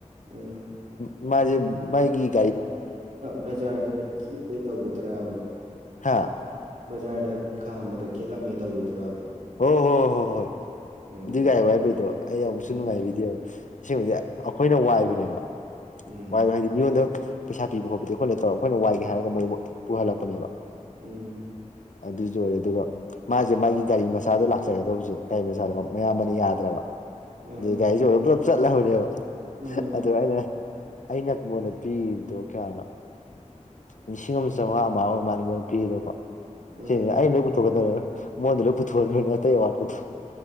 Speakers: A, on the right; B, on the left.
A: ꯎꯝ
B: ꯃꯥꯖꯦ ꯃꯒꯤ
A: ꯕꯖꯥꯔꯗ ꯖꯤꯄꯦ ꯇꯧꯕꯗꯨꯔꯕ
B: ꯍꯥꯥ
A: ꯕꯖꯥꯔꯗ ꯈꯥꯝꯕꯗ ꯈꯦꯠꯂꯝꯃꯦ ꯇꯧꯕꯗꯨꯔꯕ
B: ꯍꯣ ꯍꯣ ꯍꯣ ꯍꯣꯏ
A: ꯎꯝ
B: ꯑꯗꯨ ꯒꯥꯔꯝ ꯋꯥꯏꯕꯩꯗꯣ ꯑꯩ ꯑꯃꯨꯛꯁꯨ
A: ꯎꯝ
B: ꯅꯨꯡꯉꯥꯏꯕꯤꯗꯦꯕ ꯑꯁꯦꯡꯕꯗꯤ ꯑꯩꯈꯣꯏꯅ ꯋꯥꯏꯕ ꯅꯦꯕ
A: ꯎꯝ
B: ꯋꯥꯏ ꯍꯥꯏꯖꯦ ꯃꯤꯉꯣꯟꯗ ꯄꯩꯁꯥ ꯄꯤꯕ ꯈꯣꯠꯄꯗ ꯈꯣꯠꯅ ꯇꯧꯔꯒ ꯑꯩꯈꯣꯏꯅ ꯋꯥꯏꯒꯦ ꯍꯥꯏꯔꯒ ꯃꯣꯏꯕꯨ ꯄꯨꯍꯜꯂꯛꯄꯅꯦꯕ
A: ꯎꯝ
B: ꯑꯗꯨꯁꯨ ꯑꯣꯏꯔꯦ ꯑꯗꯨꯒ ꯃꯥꯁꯦ ꯃꯥꯒꯤ ꯒꯥꯔꯤ ꯃꯁ ꯃꯆꯥꯗ ꯂꯥꯛꯆꯒꯗꯧꯕꯁꯦ ꯒꯥꯔꯤ ꯃꯆꯥꯗꯨ ꯃꯌꯥꯝꯕꯅ ꯌꯥꯗ꯭ꯔꯕ
A: ꯑ
B: ꯑꯗꯩ ꯒꯥꯔꯤ ꯑꯆꯧꯕꯗ ꯄꯨꯂꯞ ꯆꯠꯂꯕꯅꯦꯕ
A: ꯑ
B: ꯑꯗꯨ ꯑꯩꯅ ꯑꯩꯅꯉꯣꯟꯗ ꯄꯤꯕꯗꯣ ꯀꯌꯥꯅꯣ ꯂꯤꯁꯤꯡ ꯑꯃ ꯆꯩꯉꯥ ꯑꯃꯥꯏ ꯃꯥꯂꯦ ꯃꯣꯟ ꯄꯤꯔꯤꯗꯀꯣ
A: ꯑ
B: ꯑꯩꯅ ꯂꯣꯏ ꯄꯨꯊꯣꯛꯄꯗ ꯃꯥꯉꯣꯟꯗ ꯂꯣꯏ ꯄꯨꯊꯣꯛ ꯍꯟꯕꯅꯦ ꯑꯥꯇꯩ ꯑꯋꯥꯠꯄꯥꯗꯣ